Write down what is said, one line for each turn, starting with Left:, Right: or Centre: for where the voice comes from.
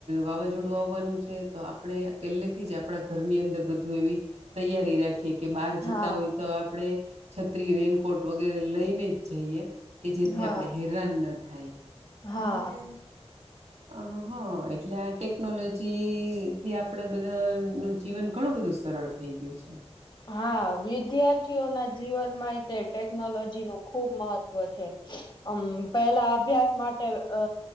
Right: વાવાઝોડું આવવાનું છે તો આપણે પહેલેથી જ આપણા ઘરની અંદર બધું એવી તૈયારી રાખીએ. કે બાર જતા
Left: હા
Right: હોય તો આપણે છત્રી રેનકોટ વગેરે લઈને જ જઈએ. કે જેથી
Left: હા
Right: આપણે હેરાન ન થાય
Left: હા
Right: એટલે અ હ એટલે આ ટેકનોલોજી થી આપડે બધા નું જીવન ઘણું બધું સરળ થઈ ગયું છે.
Left: હા વિદ્યાર્થીઓ ના જીવનમાં તે ટેકનોલોજી નું ખુબ મહત્વ છે. અમ પેલા અભ્યાસ માટે અ